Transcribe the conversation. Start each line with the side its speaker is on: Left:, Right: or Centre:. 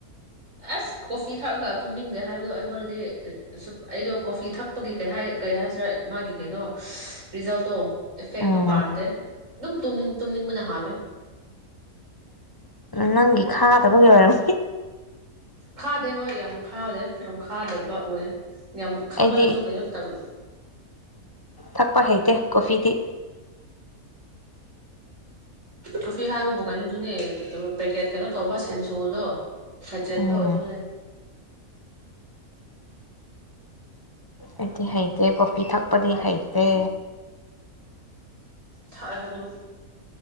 Right: ꯑꯁ ꯀꯣꯐꯤ ꯊꯛꯑꯒ ꯇꯨꯝꯅꯤꯡꯗꯦ ꯍꯥꯏꯕꯗꯣ ꯑꯩꯉꯣꯟꯗꯗꯤ ꯁ ꯑꯩꯗꯣ ꯀꯣꯐꯤ ꯊꯛꯄꯒꯤ ꯀꯩꯩ ꯍꯥꯏꯁꯤꯔꯥ ꯃꯥꯒꯤ ꯀꯩꯅꯣ ꯔꯤꯖꯜꯇꯣ ꯏꯐꯦꯛꯛꯇ
Left: ꯎꯝ
Right: ꯄꯥꯗꯦ ꯑꯗꯨꯝ ꯇ ꯇꯨꯝ ꯂꯕꯅ ꯍꯥꯜ
Left: ꯅꯪꯒꯤ ꯈꯥꯗꯕꯒꯤ ꯑꯣꯏꯔꯝ
Right: ꯈꯥꯗ ꯍꯌꯦ ꯌꯥꯝ ꯈꯥꯎꯔꯦ ꯌꯥꯝ ꯈꯥꯗꯕ ꯑꯣꯏꯦ ꯌꯥꯝ ꯈꯥꯝꯃꯜꯂꯁꯨ
Left: ꯑꯩꯗꯤ
Right: ꯀꯩꯅꯣ ꯇꯧ
Left: ꯊꯛꯄ ꯍꯩꯇꯦ ꯀꯣꯐꯤꯗꯤ
Right: ꯇꯣꯐꯤ ꯍꯥꯏꯕ ꯀꯥꯏꯅ ꯑꯗꯨꯅꯦ ꯄꯦꯀꯦꯠ ꯀꯩꯅꯣ ꯇꯧꯕ ꯁꯦꯟ ꯁꯣꯛꯗꯣ ꯁꯆꯦꯠꯇꯣ
Left: ꯎꯝ
Right: ꯑꯗꯨꯅꯦ
Left: ꯑꯩꯗꯤ ꯍꯩꯇ‌ꯦ ꯀꯣꯐꯤ ꯊꯛꯄꯗꯤ ꯍꯩꯇꯦ
Right: ꯊꯥꯏꯦ ꯑꯗꯨ